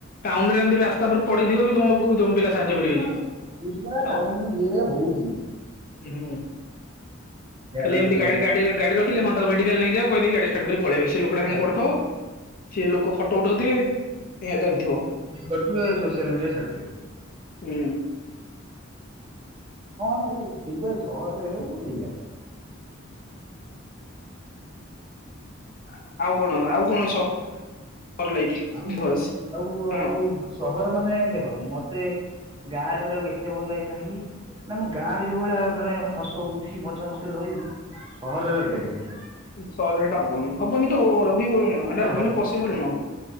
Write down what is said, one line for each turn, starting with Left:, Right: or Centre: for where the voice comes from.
Left: ଟାଉନ ରେ ଏମିତି ରାସ୍ତା ଉପରେ ପଡିଥିବ, ବି ତମକୁ ତମ ପିଲା ସାହାଯ୍ୟ
Right: ଲୋକ
Left: କରିବେନି
Right: ବା ଏମତି ହଉଛି ବା
Left: ଅ,
Right: ଟାଉନ ଇଏରେ ହଉଛି।
Left: ହୁଁ,
Right: ଇଏ ହେଲା
Left: ଖାଲି
Right: ଗୋଟେ
Left: ଏମିତି
Right: ଡିଫରେନ୍ସ
Left: ଗା-ଗାଡି ଗାଡି ରଖିଲେ ହଁ ତାକୁ ମେଡ଼ିକାଲ ନେଇ ଯାଅ କହି ଦେଇ ଗାଡି ଷ୍ଟାର୍ଟ କରିଦେଇ ପଳେଇବେ। ସେ ଲୋକଟା ହେମତି
Right: ରହିଲା
Left: ପଡ଼ିଥିବ। ସେ ଲୋକ ଫଟୋ ଉଠଉଥିବେ। ଏୟା ଚାଲି
Right: ଭଡିଓ କରୁଥିବେ, ସୋସିଆଲ ମିଡିଆ ଛାଡ଼ୁଥୁବେ।
Left: ହୁଁ।
Right: କଣ ଏଇ ସେଇପା ସହରରେ ରହିଲ କଣ ଏଇଆ।
Left: <inaudible> ଆଉ କଣ
Right: ନାସ ଚାରୀ
Left: ସହର ଲାଇଫ
Right: ଆଉ
Left: ବିକଜ
Right: ମ ଆଉ ଆଉ
Left: ହଁ
Right: ସହର ମାନେ ଦେଖ ମ ଏତେ ଗାଁରେ ରହିବୁ, ଏତେ ଭଲ ଲାଗେ କାହିଁକି? ନା ଆମ ଗାଁ ରେ ଯୋଉ ଭଳିଆ ମାନେ ହସ ଖୁସି ମଜା ମସ୍ତିରେ ରହିବି, ସହରରେ ରହିପାରିବି ନି।
Left: ସଅରେ ହେଟା ହବନି। ହବନି ତ ଆଉ ରହିବକଣ
Right: ସେଟା
Left: ହେଟା
Right: ହବ
Left: ମାନେ ପସିବୁଲ୍ ନୁହଁ।